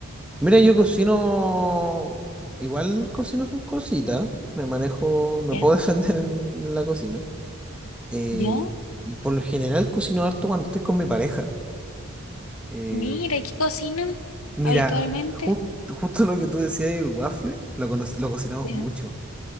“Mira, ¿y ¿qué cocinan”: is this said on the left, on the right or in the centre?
Left